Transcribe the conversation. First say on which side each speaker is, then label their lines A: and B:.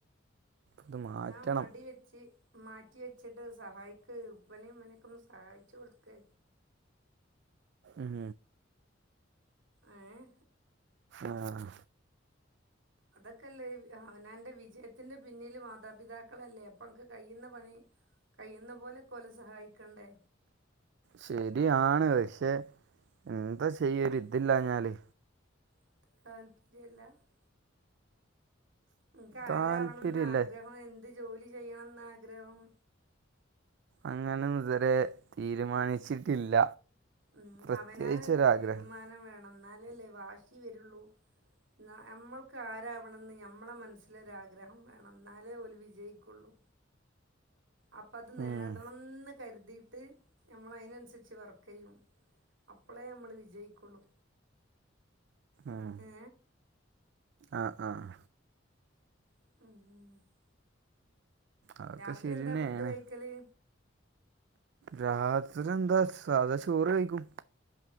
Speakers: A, on the right (about 60°); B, on the right (about 75°).
A: ഇത് മാറ്റണം
B: ആഹ് മടി വെ ച്ച് മാറ്റി വെച്ചിട്ട് സഹായിക്ക് ഉപ്പാനേം ഇമ്മനൊക്കെ ഒന്ന് സഹായിച്ചു കൊടുക്കെ
A: ഉം
B: ഏഹ്
A: ആഹ്
B: അതൊക്കെല്ലേ അവനവന്റെ വിജയത്തിന്റെ പിന്നില് മാതാപിതാക്കളല്ലേ അപ്പ അക്ക് കഴിയുന്ന പണി കഴിയൂന്ന പോലെ ഒക്കെ ഓലെ സഹായിക്കണ്ടേ
A: ശരിആണ് പക്ഷെ എന്താ ചെയ്യും ഒരിതില്ലാഞ്ഞാല്
B: <unintelligible> അനക്ക്
A: താല്പര്യമില്ല
B: ആരാവണംന്ന ആഗ്രഹം എന്ത് ജോലി ചെയ്യണം എന്ന ആഗ്രഹം
A: അങ്ങനെ ഒന്നും ഇതുവരെ തീരുമാനിച്ചിട്ടില്ല
B: ഉം
A: പ്രത്യേകിച്ചൊരാഗ്രഹം
B: അവനാനൊരു തീരുമാനം വേണം എന്നാലല്ലേ വാശി വരുള്ളൂ നമ്മൾക്ക് ആരാവണംമെന്ന് ഞമ്മളെ മനസ്സിലൊരാഗ്രഹം വേണം എന്നാലേ ഓൽ വിജയിക്കുള്ളൂ അപ്പൾ അത് നേടണംന്ന്
A: ഉം,
B: കരുതിയിട്ട് നമ്മൾ അതിനനുസരിച്ച് വർക്ക് ചെയ്യും അപ്പളേ നമ്മള് വിജയിക്കുള്ളൂ
A: ആഹ്
B: ഏ
A: ആഹ് ആഹ്
B: ഉം
A: അതൊക്കെ
B: രാത്രി
A: ശരിയാണ്
B: എന്താ ഫുഡ് കഴിക്കല്
A: രാത്രി എന്താ സാധാ ചോറ് കഴിക്കും